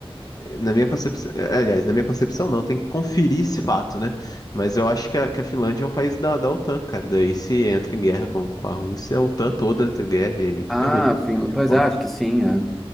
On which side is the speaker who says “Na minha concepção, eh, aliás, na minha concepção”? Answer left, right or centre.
Left